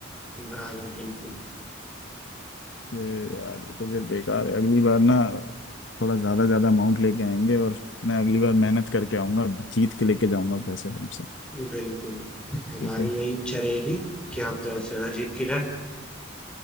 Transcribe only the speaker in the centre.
बराबर बिल्कुल
बिल्कुल हमारी
यही इच्छा रहेगी कि आप ज्यादा से ज्यादा जीत के जाए